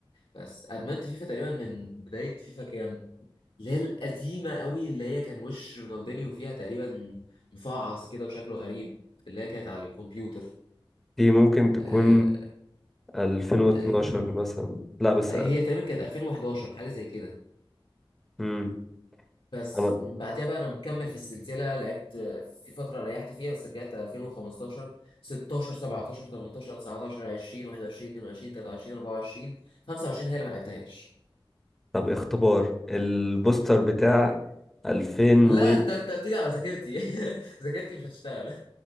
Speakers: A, on the left; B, in the centre.
A: بس ادمنت فيفا تقريبا من بدايه فيفا كام اللي هي القديمه قوي اللي هي كان وش رونالدينيو فيها تقريبا مفعص كده وشكله غريب اللي هي كانت على الكمبيوتر
B: دي ممكن تكون
A: أه
B: 2012
A: تقريبا
B: مثلا لا بس
A: هي تقريبا كانت 2011 حاجه زي كده
B: امم
A: بس
B: انا
A: من بعدها بقى انا مكمل في السلسله لعبت في فتره ريحت فيها بس رجعت 2015 16 17 18 19 20 21 22 23 24 25 هي اللي ما لعبتهاش
B: طب اختبار البوستر بتاع 2000
A: لا
B: و
A: انت انت بتيجي على ذاكرتي <laughs> ذاكرتي مش هتشتغل